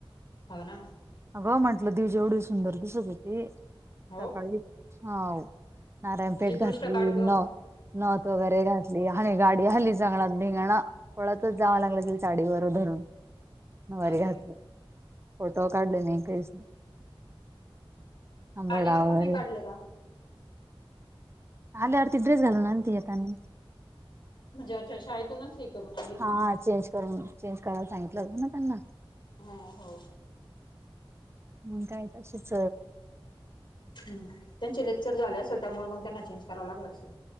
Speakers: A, on the left (about 60°); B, on the right (about 25°).
A: हो ना.
B: अगं म्हंटलं, दिजीव जेवढी सुंदर दिसत होती सकाळी,
A: हो
B: हाव. नारायणपेठ
A: तिचे दृष्ट
B: घातली,
A: काढ ग
B: न नथ वगैरे घातली आणि गाडी हली, चांगला धिंगाणा. पळतच जाव लागलं ते साडी वर धरून. नऊवारी
A: अरे
B: घातली, फोटो काढले नाही आणि काहीच नाही. आंबाडा
A: आल्यावर
B: वगैरे
A: पण नाही काढले का?
B: आल्यावर ती ड्रेस घालून आलती येतानी.
A: म्हणजे अच्छा शाळेतूनच हे करून आली
B: हा
A: ती का?
B: चेंज करून, चेंज करायला सांगितलं होत ना त्यांना.
A: हो हो.
B: मग काय तशीच
A: हम, त्यांचे लेक्चर झाले असेल त्यामुळे मग त्यांना चेंज करावं लागलं असेल.